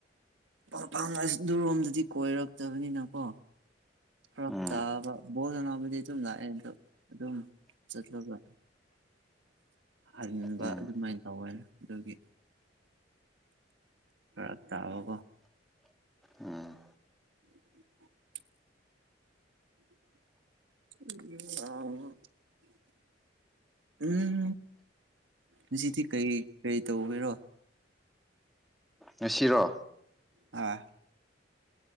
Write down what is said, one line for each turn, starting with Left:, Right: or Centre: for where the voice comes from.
Right: ꯄꯥꯄꯥꯡ ꯑꯁ ꯗꯨꯔꯣꯝꯗꯗꯤ ꯀꯣꯏꯔꯛꯇꯕꯅꯤꯅꯀꯣ ꯍꯞ
Centre: ꯎꯝ
Right: ꯇꯥꯕ ꯕꯣꯜ ꯍꯅꯥꯕꯨꯗꯤ ꯑꯗꯨꯝ ꯂꯥꯛꯑꯦ ꯑꯗꯣ ꯑꯗꯨꯝ ꯆꯠꯂꯒ ꯍꯟꯕ
Centre: ꯎꯝ
Right: ꯑꯗꯨꯃꯥꯏꯅ ꯇꯧꯋꯦꯅ ꯑꯗꯨꯒꯤ ꯔ ꯇꯕꯒꯣ
Centre: ꯎꯝ
Right: <inaudible> <unintelligible> ꯎꯝ ꯍꯧꯖꯤꯗꯤ ꯀꯔꯤ ꯀꯔꯤ ꯇꯧꯒꯦꯔꯣ
Centre: ꯉꯁꯤꯔꯣ
Right: ꯑꯥ